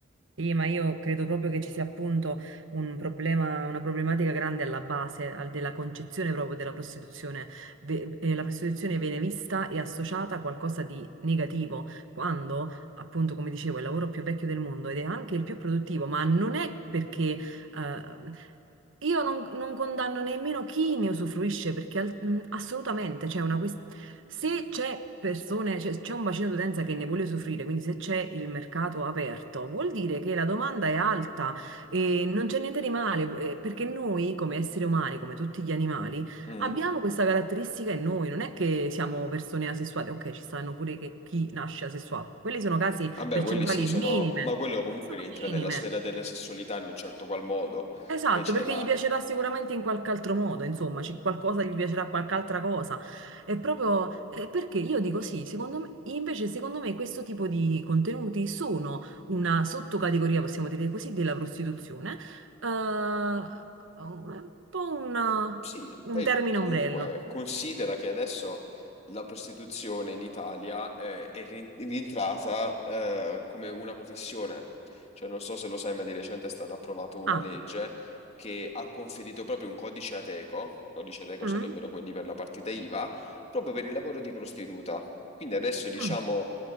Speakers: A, on the right (about 75°); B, on the left (about 35°).
A: Sì, ma io credo proprio che ci sia appunto un problema, una problematica grande alla base, al- della concezione proprio della prostituzione. Ve- eh, la prostituzione viene vista e associata a qualcosa di negativo, quando appunto, come dicevo, è il lavoro più vecchio del mondo ed è anche il più produttivo, ma non è perché Ehm, io non, non condanno nemmeno chi ne usufruisce perché al- mh, assolutamente c'è una questione. Se c'è persone, cioè, c'è un bacino d'utenza che ne vuole usufruire, quindi se c'è il mercato aperto, vuol dire che la domanda è alta e non c'è niente di male, eh, perché noi come esseri umani, come tutti gli animali,
B: Mm.
A: abbiamo questa caratteristica in noi, non è che siamo persone asessuate, ok, ci stanno pure che chi nasce asessuato, quelli sono casi
B: Vabbè,
A: percentuali
B: quelli sì sono,
A: minime,
B: ma quello comunque
A: sono
B: rientra
A: minime.
B: nella sfera della sessualità in un certo qual modo,
A: Esatto,
B: che c'è
A: perché
B: la,
A: gli piacerà sicuramente in qualche altro modo, insomma, c'è qualcosa, gli piacerà qualche altra cosa. È proprio eh, perché io dico sì, secondo me, invece secondo me questo tipo di contenuti sono una sottocategoria, possiamo dire così, della prostituzione, eh, un po' un,
B: Eh, Sì,
A: un
B: poi
A: termine
B: comunque
A: ombrello.
B: considera che adesso la prostituzione in Italia eh, è ri- rientrata eh, come una professione. Cioè, non so se lo sai, ma di recente è stata approvata una
A: Ah,
B: legge che ha conferito proprio un codice Ateco, i codici Ateco
A: mm,
B: sarebbero quelli per la partita IVA, proprio per il lavoro di prostituta. Quindi adesso diciamo
A: mm,